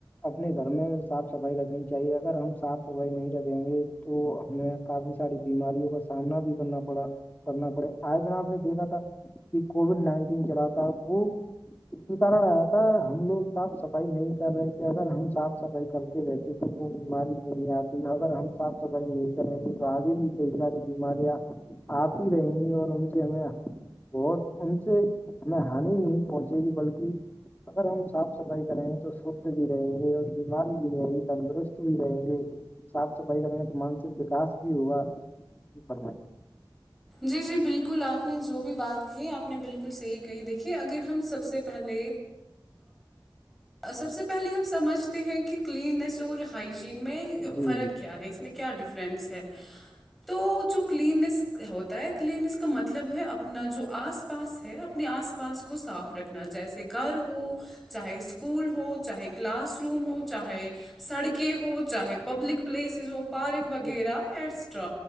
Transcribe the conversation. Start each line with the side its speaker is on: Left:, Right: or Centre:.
Left: اپنے گھر میں صاف صفائی رکھنی چاہیے اگر ہم صاف صفائی نہیں رکھیں گے تو ہمیں کافی ساری بیماریوں کا سامنا بھی کرنا پڑا کرنا پڑے آئے دن آپ نے دیکھا تھا کہ کووڈ نائنٹین چلا تھا وہ اسی کارن آتا ہم لوگ صاف صفائی نہیں کر رہے کہ اگر ہم صاف صفائی کرتے رہتے تو وہ بیماری نہیں آتی اگر ہم صاف صفائی نہیں کہیں ساری بیماریاں آتی رہیں گی اور ان سے ہمیں بہت ان سے ہمیں ہانی نہیں پہنچے گی بلکہ اگر ہم صاف صفائی کریں گے تو شھ بھی رہیں گے اور بیماری بھی نہیں آئے گی تندرست بھی رہیں گے صاف صفائی کریں گے تو مانسک وکاس بھی ہوگا فرم
Centre: جی جی بالکل آپ نے جو بھی بات کہی آپ نے بالکل صحیح کہی دیکھیے اگر ہم سب سے پہلے سب سے پہلے ہم سمجھتے ہیں کہ کلیننیس اور ہائجین میں
Left: جی
Centre: فرق
Left: جی
Centre: کیا ہے اس میں کیا ڈیفرنس ہے تو جو کلیننس ہوتا ہے کلیننیس کا مطلب ہے اپنا جو آس پاس اپنے آس پاس کو صاف رکھنا جیسے گھر ہو چاہے اس کو اسکول ہو چاہے کلاس روم ہو چاہے سڑکیں ہو چاہے پبلک پلیسز ہو پارک
Left: جی
Centre: وغیرہ ایٹسٹرا